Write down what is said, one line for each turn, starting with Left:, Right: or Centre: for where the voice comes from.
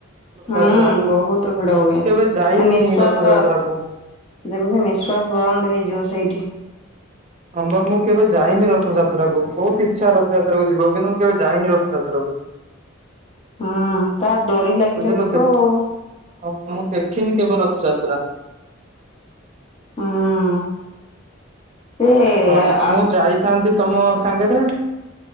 Right: ରଥଯାତ୍ରା
Left: ହୁଁ
Right: ମୁଁ
Left: ବହୁତ ଭିଡ ହୁଏ।
Right: କେବେ ଯାଇନି
Left: ନିଶ୍ଵାସ
Right: ରଥଯାତ୍ରା କୁ।
Left: ଯେମିତି ନିଃଶ୍ଵାସ ବନ୍ଦ ହେଇଯିବ ସେଇଠି।
Right: ହବା ମୁଁ କେବେ ଯାଇନି ରଥଯାତ୍ରା କୁ ବହୁତ ଇଚ୍ଛା ରଥଯାତ୍ରାକୁ ଯିବାକୁ କିନ୍ତୁ ମୁଁ କେବେ ଯାଇନି ରଥଯାତ୍ରା କୁ।
Left: ହୁଁ ତା ଡୋରି ଲାଗିଲେ
Right: ବୁଝିଲୁ
Left: ଯିବଆଉ।
Right: ଦେଖ ହଁ ମୁଁ ଦେଖିନି କେବେ ରଥଯାତ୍ରା।
Left: ହୁଁ। ସେ
Right: ହଁ
Left: ଆ
Right: ମୁଁ ଯାଇଥାନ୍ତି ତମ ସାଙ୍ଗରେ